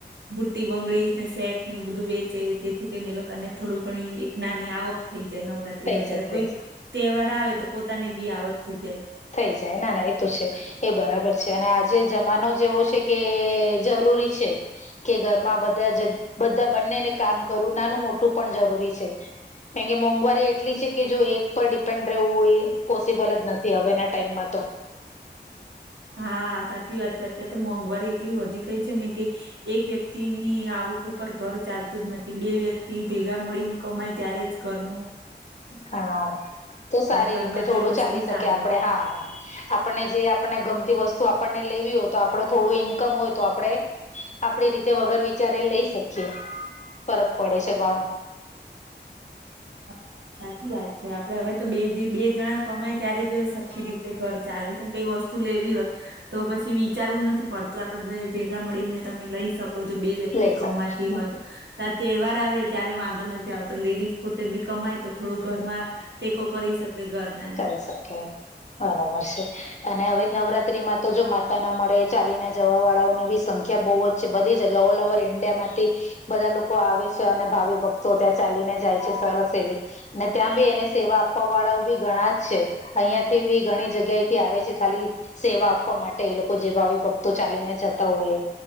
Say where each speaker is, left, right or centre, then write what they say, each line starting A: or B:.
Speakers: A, on the right (about 75°); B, on the left (about 40°).
A: મૂર્તી બંગડી ને શેટ ને એવું બધું વેચે જેથી કરીને એ લોકોને થોડું ઘણી એક નાની આવક થઈ જાય નવરાત્રી
B: થઈ
A: માં
B: જાય
A: જયારે
B: થઈ
A: કોઈ
B: જાય
A: તહેવાર આવે તો પોતાને બી આવક થી જ છે
B: થઈ જાય ના ના એ તો છે. એ બરાબર છે અને આજે જમાનો જેવો છે કે જરૂરી છે. કે ઘરમાં બધા જ બધા બંનેને કામ કરવું નાનું મોટું પણ જરૂરી છે. કેમ કે મોંઘવારી એટલી છે કે જો એક પર ડિપેન્ડ રહેવું હોય પોસિબલ જ નથી હવે ના ટાઈમમાં તો.
A: હા સાચી વાત છે અત્યારે તો મોંઘવારી એટલી વધી ગઈ છે ને કે એક વ્યક્તિની આવક ઉપર ઘર ચાલતું જ નથી બે વ્યક્તિ ભેગા મળીને કમાય ત્યારે જ કરનું
B: હા તો સારી
A: ઘરમાં
B: રીતે થોડું
A: જે વસ્તુ
B: ચાલી શકે
A: ચાલે
B: આપડે હા. આપણને જે આપણને ગમતી વસ્તુ આપણને લેવી હોય તો આપડ થોડું ઈન્કમ હોય તો આપડણે આપડી રીતે વગર વિચારે લઈ શકીએ ફરક પડે છે ઘણો
A: હા સાચી વાત છે આપડે હવે તો બે બે જણા કમાય ત્યારે જ સરખી રીતે ઘર ચાલે છે ને કઈ વસ્તુ લેવી હોય તો પછી વિચારવું નથી પડતું આપડે ભેગા મળીને તમે લઈ શકો જો બે વ્યક્તિ
B: લઈ
A: કમાતી
B: શકો છો
A: હોય તો તહેવાર આવે ત્યારે વાંધો નથી આવતો લેડીઝ પોતે બી કમાય તો થોડું ઘરમાં ટેકો કરી શકે ઘર નાને
B: એ સખ્યા <unintelligible> બરાબર છે અને હવે નવરાત્રીમાં તો જો માતા ના મળે ચાલી ના જવા વાળાઓની બી સંખ્યા બહુ જ બધી જગ ઓલ ઓવર ઇન્ડિયા માંથી બધા લોકો આવે છે અને ભાવિ ભક્તો ત્યાં ચાલીને જાય છે સરસ એવી અનેને ત્યાં બી એને સેવા આપવા વાળાઓ બી ઘણા જ છે અહિયાં થી બી ઘણી જગ્યાથી આવે છે ખાલી સેવા આપવા માટે એ લોકો જે ભાવિ ભક્તો ચાલીને જતા હોય